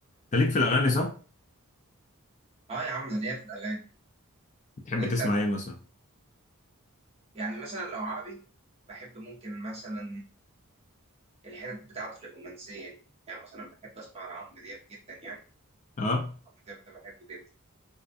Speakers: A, on the left (about 35°); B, on the right (about 30°).
A: انت ليك في الاغاني صح
B: اه يا عم انا ليا في الاغاني
A: بتحب
B: وانت
A: تسمع ايه مثلا
B: يعني مثلا لو عربي بحب ممكن مثلا الحتت بتاعته الرومانسيه دي يعني مثلا بحب اسمع لعمرو دياب جدا يعني
A: اه
B: عمرو دياب ده بحبه جدا